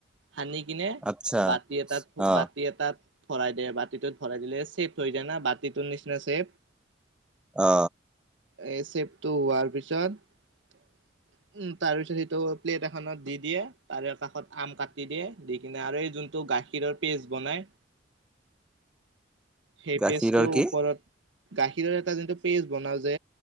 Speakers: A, on the right; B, in the centre.
A: সানি কিনে
B: আচ্ছা
A: বাতি এটাত
B: অ
A: বাতি এটাত ভৰাই দিয়ে, বাতিটোত ভৰাই দিলে, চেফ থৈ যায় না বাতিটোৰ নিচিনা চেফ।
B: অ।
A: এ চেপটো হোৱাৰ পিছত
B: <unintelligible>
A: উম তাৰ পিছত সেইটো প্লেট এখনত দি দিয়ে তাৰে কাষত আম কাটি দিয়ে দি কিনে আৰু এই যোনটো গাখীৰৰ পেষ্ট বনাই
B: <inaudible>
A: সেই
B: গাখীৰৰ
A: পেজটোৰ
B: কি?
A: ওপৰত গাখীৰৰ এটা যোনটো পেজ বনাওঁ যে।